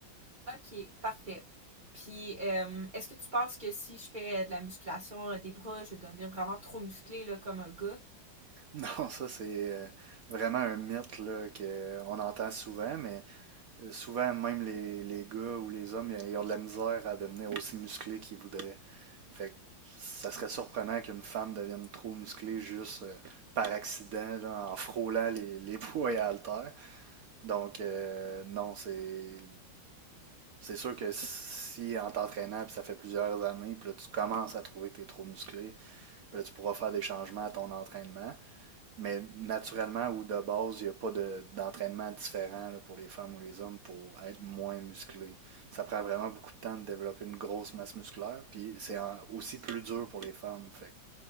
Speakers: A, on the right (about 30°); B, on the right (about 65°).
A: OK, parfait. Puis euh, est-ce que tu penses que si je fais de la musculation euh, des bras, je vais devenir vraiment trop musclé là comme un gars?
B: Non, ça, c'est euh, vraiment un mythe là, qu'on entend souvent, mais euh, souvent, même les, les gars ou les hommes, ils ils ont de la misère à devenir aussi musclés qu'ils voudraient. Fait que ça serait surprenant qu'une femme devienne trop musclée juste euh, par accident, là, en frôlant les, les <laughs> poids et haltères. Donc, euh, non, c'est C'est sûr que si en t'entraînant, puis ça fait plusieurs années, puis là tu commences à trouver que tu es trop musclé, puis là tu pourras faire des changements à ton entraînement. Mais naturellement ou de base, il n'y a pas de- d'entraînement différent là, pour les femmes ou les hommes pour être moins musclé. Ça prend vraiment beaucoup de temps de développer une grosse masse musculaire, puis c'est en- aussi plus dur pour les femmes. Fait que